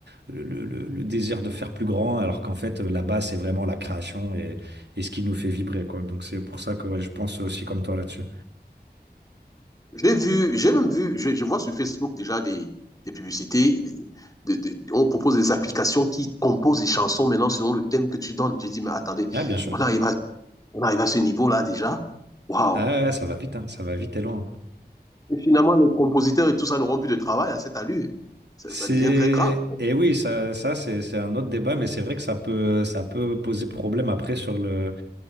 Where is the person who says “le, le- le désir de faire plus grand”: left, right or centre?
Right